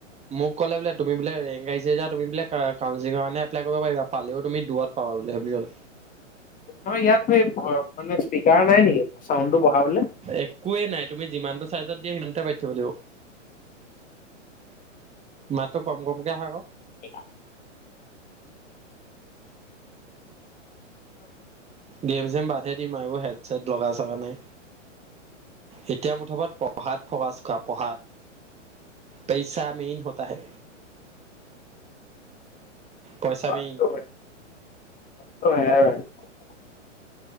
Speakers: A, on the right; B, on the left.
A: ম ক'লে বোলে তুমি বোলে ৰেং আহিছে আ তুমি বোলে কাউঞ্চিলিৰ কাৰণে এপ্লাই কইব পাইবা পালেও তুম দূৰত পাবা বুলি ভাবি অল। হয়
B: নহয় ইয়াত পে বহৰক মানে স্পীকাৰ নাই নেকি চাউনটো বঢ়াবলে?
A: একোৱে নাই তুমি যিমানটো চাইজত দিয়া সিমানটো পইত থব লাইব। মাতটো কম কমকে আহে আকো
B: <inaudible>
A: গেম চেম বাদে দিম আৰু হেড চেট লগা চগা নাই। এতিয়া মুঠপত পঢ়াত ফৱাচ কোৱা পঢ়াত। পেইচা মেইন হতা হে। পইচা
B: বাপটো
A: মেইন।
B: <unintelligible>